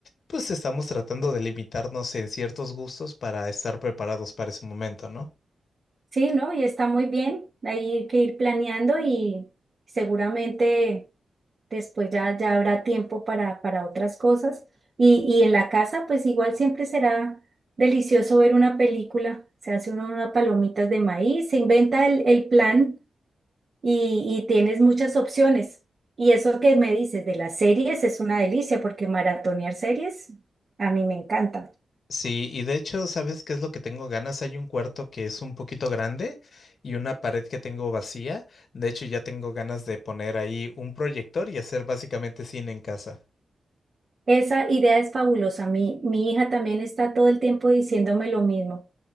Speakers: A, on the left; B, on the right.
A: pues estamos tratando de limitarnos en ciertos gustos para estar preparados para ese momento, ¿no?
B: Sí, ¿no? Y está muy bien. Hay que ir planeando y seguramente después ya, ya habrá tiempo para, para otras cosas. Y, y en la casa, pues igual siempre será delicioso ver una película. Se hace uno unas palomitas de maíz, se inventa el, el plan y, y tienes muchas opciones. Y eso que me dices de las series es una delicia porque maratonear series a mí me encanta.
A: Sí, y de hecho, ¿sabes qué es lo que tengo ganas? Hay un cuarto que es un poquito grande y una pared que tengo vacía. De hecho, ya tengo ganas de poner ahí un proyector y hacer básicamente cine en casa.
B: Esa idea es fabulosa. Mi, mi hija también está todo el tiempo diciéndome lo mismo.